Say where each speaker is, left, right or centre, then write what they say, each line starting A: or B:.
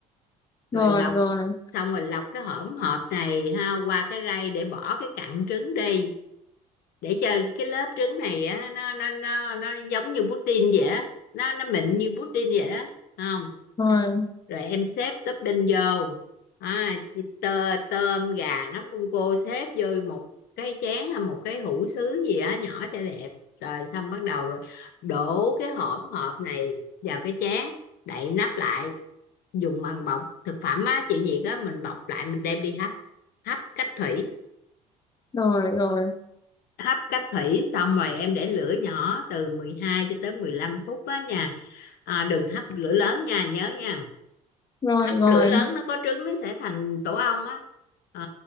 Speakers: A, on the left; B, on the left.
A: rồi
B: rồi lọc
A: rồi
B: xong rồi lọc cái hỗn hợp này ha qua cái rây để bỏ cái cặn trứng đi để cho cái lớp trứng này á nó nó nó nó giống như pudding vậy á nó nó mịn như pudding vậy đó không
A: rồi
B: rồi em xếp topping vô à, chi- tơ, tôm gà nấm đông cô xếp vô một cái chén hay một cái hũ sứ gì á nhỏ cho đẹp rồi xong bắt đầu rồi đổ cái hỗn hợp này vào cái chén đậy nắp lại dùng bằng bọc thực phẩm á chịu nhiệt á mình bọc lại mình đem đi hấp hấp cách thủy
A: rồi rồi
B: hấp cách thủy xong rồi em để lửa nhỏ từ 12 cho tới 15 phút á nha à, đừng hấp lửa lớn nha nhớ nha
A: rồi
B: hấp
A: rồi
B: lửa lớn nó có trứng nó sẽ thành tổ ong á à,